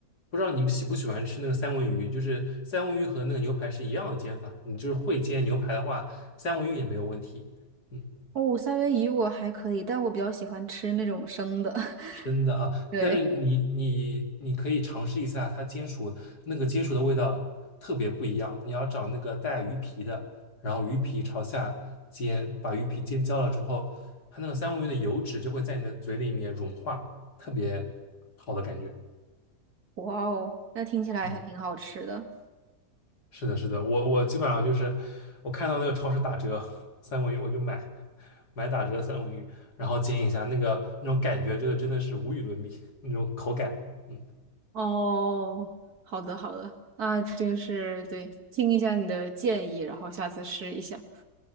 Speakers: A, on the left; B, on the right.
A: 不知道你们喜不喜欢吃那个三文鱼，就是三文鱼和那个牛排是一样的煎法，你就是会煎牛排的话，三文鱼也没有问题。嗯，
B: 哦，三文鱼我还可以，但我比较喜欢吃那种生的。<laughs>
A: 那啊，
B: 对，
A: 但是你你你可以尝试一下它煎熟那个煎熟的味道特别不一样，你要找那个带鱼皮的，然后鱼皮朝下煎，把鱼皮煎焦了之后，它那个三文鱼的油脂就会在你的嘴里面融化，特别好的感觉。
B: 哇哦，那听起来还挺好吃的。
A: 嗯。是的，是的，我我基本上就是我看到那个超市打折三文鱼，我就买买打折的三文鱼，然后煎一下，那个那种感觉，真的真的是无与伦比，那种口感。嗯，
B: 哦，好的好的，那就是对，听一下你的建议，然后下次试一下。